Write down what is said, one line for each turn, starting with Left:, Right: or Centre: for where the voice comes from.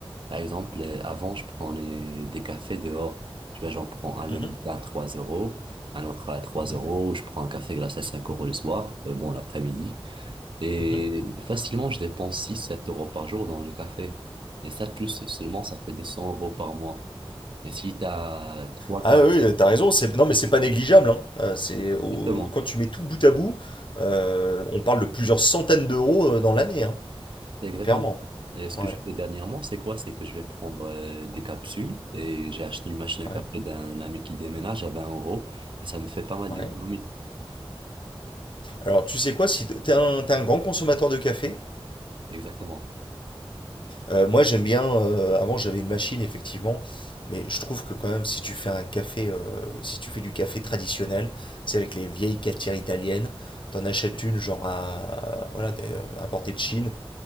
Right: Par exemple, euh, avant, je prenais des cafés dehors. Tu vois, j'en prends un le
Left: Mhm,
Right: matin à 3 euros, un autre à trois euros,
Left: mhm,
Right: je prends un café glacé à 5 euros le soir, euh, bon, l'après-midi. Et
Left: mhm.
Right: facilement, je dépense six sept euros par jour dans le café. Et ça, tout se- seulement, ça fait 200 euros par mois. Et si tu as trois
Left: Ah
Right: quatre
Left: oui,
Right: 4
Left: oui, t'as raison, c'est... non mais c'est pas négligeable, hein. Euh, c'est au-
Right: Exactement.
Left: Quand tu mets tout bout à bout, euh, on parle de plusieurs centaines d'euros euh, dans l'année, hein,
Right: C'est exactement.
Left: clairement.
Right: ça. Et ce
Left: Ouais,
Right: que je fais dernièrement, c'est quoi? C'est que je vais prendre euh, des capsules et j'ai acheté une machine à café
Left: ouais,
Right: d'un ami qui déménage à 20 euros et ça me fait pas mal
Left: ouais.
Right: d'économies.
Left: Alors tu sais quoi, si t- t'es un, t'es un grand consommateur de café,
Right: Exactement.
Left: euh, moi j'aime bien, euh, avant j'avais une machine effectivement, mais je trouve que quand même si tu fais un café, euh, si tu fais du café traditionnel, c'est avec les vieilles cafetières italiennes, t'en achètes une genre à, voilà, t'es, euh, importée de Chine,